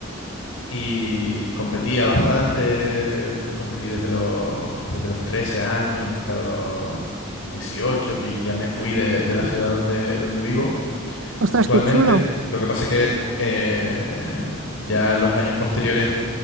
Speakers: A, on the left (about 75°); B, on the right (about 65°).
A: Y competía bastante, competí desde los, desde los 13 años hasta los 18 que ya me fui de, de la ciudad donde, donde vivo
B: Ostras,
A: actualmente.
B: qué chulo.
A: Lo que pasa es que eh, ya los años posteriores